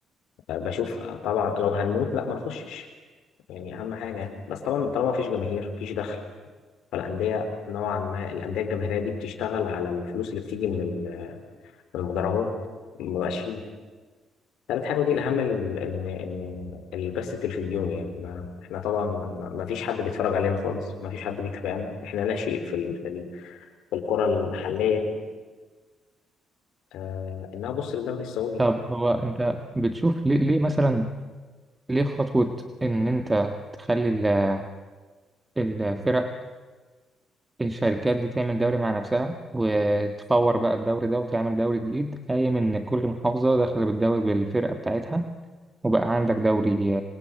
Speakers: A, on the left; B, on the right.
A: آه، بشوف آه، طبعا لو هنموت لا ما نخشش يعني اهم حاجه بس طبعا طالما مفيش جماهير مفيش دخل فالانديه نوعا ما الانديه الجماهيريه دي بتشتغل على الفلوس اللي بتيجي من ال- من المدرجات ما بقاش ثالث حاجة ودي الأهم ال- إن إن البث التلفزيوني يعني ما إحنا طبعا ما ما فيش حد بيتفرج علينا خالص ما فيش حد بيتابعنا إحنا لا شيء في ال في ال في الكرة المحلية آه إنها بص للدوري السعودي
B: طب
A: بقى
B: هو أنت بتشوف ليه, ليه مثلا ليه خطوة إن أنت تخلي ال- الفرق الشركات دي تعمل دوري مع نفسها وتفور بقى الدوري ده وتعمل دوري جديد قايم إن كل محافظة داخلة بالدوري بالفرقة بتاعتها وبقى عندك دوري